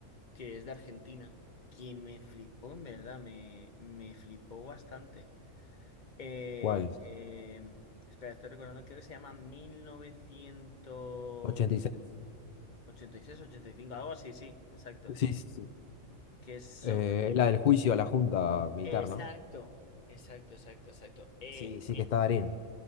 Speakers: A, on the left; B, on the left.
A: que es de Argentina, que me flipó, en verdad, me, me flipó bastante. Eh,
B: ¿Cuál?
A: eh, espera, estoy recordando, creo que se llama mil novecientos
B: ochenta y seis
A: ochenta ochenta y seis, ochenta y cinco, algo así, sí, exacto.
B: Sí, sí, sí.
A: Que es sobre...
B: Eh, es la del juicio a la junta militar,
A: Exacto,
B: ¿no?
A: exacto, exacto, exacto. Eh,
B: Sí, sí, que está Darín.